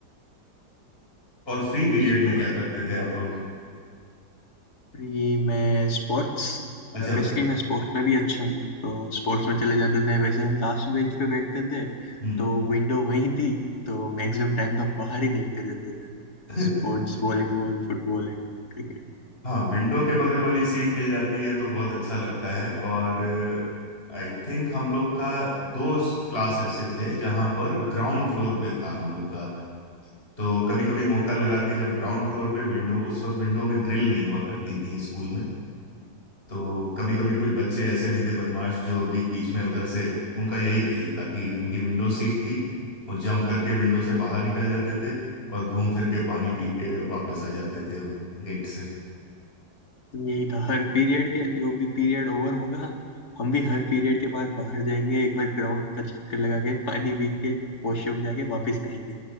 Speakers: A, on the left; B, on the left.
A: और फ्री पीरियड
B: स्पोर्ट्स
A: में क्या करते थे आप लोग
B: ये मैं स्पोर्ट्स
A: अच्छा
B: मैं बेसिकली मैं स्पोर्ट्स में भी अच्छा हूँ तो स्पोर्ट्स में चले जाते थे वैसे हम लास्ट बेंच पे बैठते थे
A: हम्म
B: तो विंडो वहीं थी तो मैक्सिमम टाइम तो हम बाहर ही देखते रहते थे Sports
A: <laughs>
B: volleyball football and
A: हाँ विंडो के बगल वाली सीट मिल जाती है तो बहुत अच्छा लगता है और आई थिंक हम लोग का दो क्लास ऐसे थे जहां पर ग्राउंड फ्लोर पे था हम लोग का तो कभी कभी मौका लगा के जब ग्राउंड फ्लोर पे विंडो उस वक्त विंडो में ग्रिल नहीं हुआ करती थी स्कूल में तो कभी कभी कुछ बच्चे ऐसे भी थे बदमाश जो बीच बीच में उधर से उनका यही खेल था कि उनकी विंडो सीट थी वो जंप करके विंडो से बाहर निकल जाते थे और घूम फिर के पानी पी के वापस आ जाते थे गेट से
B: यही था हर पीरियड के जो भी पीरियड ओवर होगा हम भी हर पीरियड के बाद बाहर जाएंगे एक बार ग्राउंड का चक्कर लगा के पानी पी के वॉशरूम जाके वापस आएंगे